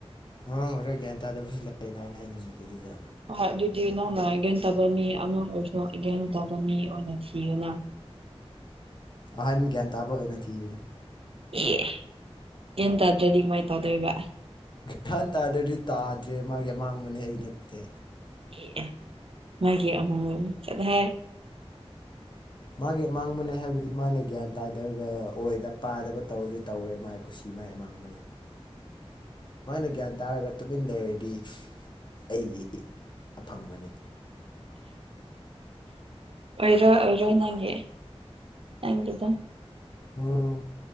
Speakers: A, on the left; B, on the right.
A: ꯃꯃꯥꯡ ꯑꯣꯏꯔꯒ ꯒ꯭ꯌꯥꯟ ꯇꯥꯗꯕꯁꯨ ꯂꯩꯌꯦꯅ ꯍꯥꯏꯅ ꯍꯥꯏꯅꯤꯡꯕꯗꯨ ꯑꯗꯨꯗ
B: ꯍꯣꯏ ꯑꯗꯨꯗꯤ ꯏꯅꯧꯅ ꯏꯒꯦꯟ ꯇꯕ ꯃꯤ ꯑꯉꯥꯡ ꯑꯣꯏꯔꯁꯨ ꯏꯒ ꯇꯕ ꯃꯤ ꯑꯣꯏꯅ ꯊꯤꯌꯨꯅ
A: ꯑꯍꯟ ꯒ꯭ꯌꯥꯟ ꯇꯥꯕ ꯑꯣꯏꯅ ꯊꯤꯅꯤ
B: ꯑꯦ ꯌꯦ ꯇꯗ꯭ꯔꯦꯗꯤꯒ ꯃꯥꯏ ꯇꯗꯣ ꯏꯕ
A: ꯒ꯭ꯌꯥꯟ ꯇꯥꯗ꯭ꯔꯗꯤ ꯇꯥꯗ꯭ꯔꯦ ꯃꯥꯒꯤ ꯑꯃꯥꯡꯕꯅꯦ ꯑꯩ ꯅꯠꯇꯦ
B: ꯑꯦ ꯑꯦ ꯃꯥꯒꯤ ꯑꯃ ꯆꯠꯦ
A: ꯃꯥꯒꯤ ꯑꯃꯥꯡꯕꯅꯦ ꯍꯥꯏꯕꯗꯤ ꯃꯥꯅ ꯒ꯭ꯌꯥꯟ ꯇꯥꯗꯔꯒ ꯑꯣꯏꯗ ꯄꯥꯗꯕ ꯇꯧꯔꯗꯤ ꯇꯧꯔꯦ ꯃꯥꯏ ꯀꯨꯁꯤ ꯃꯥꯏ ꯑꯃꯥꯡꯕꯅꯦ <unintelligible> ꯃꯥꯅ ꯒ꯭ꯌꯥꯟ ꯇꯥꯔꯒ ꯇꯨꯃꯤꯟ ꯂꯩꯔꯗꯤ ꯑꯩꯒꯤ ꯑꯐꯪꯕꯅꯦ
B: ꯑꯣꯏꯔꯣꯏ ꯑꯣꯏꯔꯣꯏ ꯅꯪꯒꯤ ꯅꯪꯒꯤ ꯑꯗꯨꯝ
A: ꯑꯣ